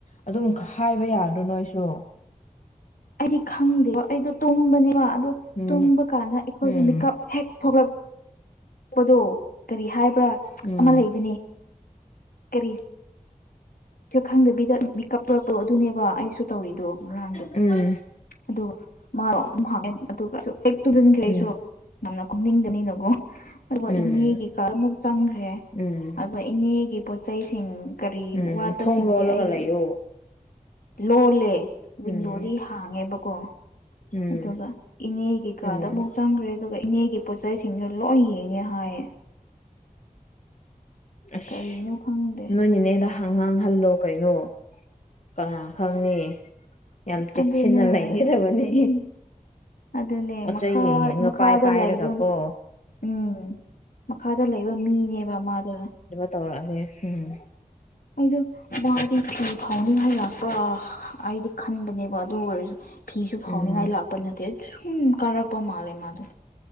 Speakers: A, on the left (about 55°); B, on the left (about 80°).
A: ꯑꯗꯨꯝ ꯍꯥꯏꯕ ꯌꯥꯗꯔꯣ ꯅꯣꯏꯁꯨ
B: ꯑꯩꯗꯤ ꯈꯪꯗꯦꯕ ꯑꯩꯗꯣ ꯇꯨꯝꯕꯅꯦꯕ ꯑꯗꯨ
A: ꯎꯝ
B: ꯇꯨꯝꯕ ꯀꯥꯟꯗ ꯑꯩꯈꯣꯏꯁꯨ
A: ꯎꯝ
B: ꯃꯤꯀꯞ ꯍꯦꯛ ꯊꯣꯛꯂꯛꯄ ꯄꯗꯣ ꯀꯔꯤ ꯍꯥꯏꯕ꯭ꯔꯥ
A: ꯎꯝ
B: ꯑꯃ ꯂꯩꯕꯅꯦ ꯀꯔꯤ ꯁꯦ ꯈꯪꯗꯕꯤꯗ ꯃꯤꯀꯞ ꯊꯣꯔꯛꯄꯗꯣ ꯑꯗꯨꯅꯦꯕ ꯑꯩꯁꯨ ꯇꯧꯔꯤꯗꯣ ꯉꯔꯥꯡꯗꯣ
A: ꯎꯝ
B: ꯑꯗꯨꯒ ꯃꯥ ꯑꯗꯨꯒ ꯍꯦꯛ ꯇꯨꯝꯁꯤꯟꯈ꯭ꯔꯦ
A: ꯎꯝ
B: ꯑꯩꯁꯨ ꯌꯥꯝꯅ ꯇꯨꯝꯅꯤꯡꯕꯅꯤꯅꯀꯣ ꯑꯗꯨꯒ
A: ꯎꯝ
B: ꯏꯅꯦꯒꯤ ꯀꯗꯥ ꯑꯃꯨꯛ ꯆꯪꯈ꯭ꯔꯦ
A: ꯎꯝ
B: ꯑꯗꯨꯒ ꯏꯅꯦꯒꯤ ꯄꯣꯠꯆꯩꯁꯤꯡ ꯀꯔꯤ
A: ꯎꯝ
B: ꯋꯥꯠꯄꯁꯤꯡꯁꯦ
A: ꯊꯣꯡ ꯂꯣꯜꯂꯒ
B: ꯑꯩꯒꯤ
A: ꯂꯩꯌꯣ
B: ꯂꯣꯜꯂꯦ ꯋꯤꯟꯗꯣꯗꯤ
A: ꯎꯝ
B: ꯍꯥꯡꯉꯦꯕꯀꯣ
A: ꯎꯝ
B: ꯑꯗꯨꯒ ꯏꯅꯦꯒꯤ ꯀꯥꯗ
A: ꯎꯝ
B: ꯑꯃꯨꯛ ꯆꯪꯈ꯭ꯔꯦ ꯑꯗꯨꯒ ꯏꯅꯦꯒꯤ ꯄꯣꯠꯆꯩꯁꯤꯡꯗꯨ ꯂꯣꯏ ꯌꯦꯡꯉꯦ ꯍꯥꯏꯌꯦ
A: ꯑꯁ
B: ꯀꯔꯤꯅꯣ ꯈꯪꯗꯦ
A: ꯅꯣꯏꯅꯦꯅꯦꯗ ꯍ ꯉꯥꯡꯍꯜꯂꯣ ꯀꯩꯅꯣ ꯀꯅꯥꯥ ꯈꯪꯅꯤ ꯌꯥꯝ ꯆꯦꯛꯁꯤꯟꯅ
B: ꯑꯗꯨꯅꯦ
A: ꯂꯩꯒꯗꯕꯅꯤ
B: ꯎꯝ ꯑꯗꯨꯅꯦ
A: ꯄꯣꯠ
B: ꯃꯈꯥ
A: ꯆꯩ ꯌꯦꯡꯉꯒ
B: ꯃꯈꯥꯗ
A: ꯄꯥꯏ ꯄꯥꯏꯔꯒ
B: ꯂꯩꯕ
A: ꯀꯣ
B: ꯎꯝ ꯃꯈꯥꯗ ꯂꯩꯕ ꯃꯤꯅꯦꯕ ꯃꯥꯗꯣ
A: ꯇꯧꯔꯛꯑꯅꯦ ꯍꯝꯍꯝ
B: ꯑꯩꯗꯣ ꯋꯥꯗꯤ ꯐꯤ ꯐꯥꯎꯅꯤꯉꯥꯏ ꯂꯥꯛꯄ꯭ꯔ ꯑꯩꯗꯤ ꯈꯟꯕꯅꯦꯕ ꯑꯗꯨ ꯑꯣꯏꯔꯁꯨ ꯐꯤꯁꯨ ꯐꯥꯎꯅꯤꯡꯉꯥꯏ
A: ꯎꯝ
B: ꯂꯥꯛꯄ ꯅꯠꯇꯦ ꯁꯨꯝ ꯀꯥꯔꯛꯄ ꯃꯥꯜꯂꯦ ꯃꯥꯗꯣ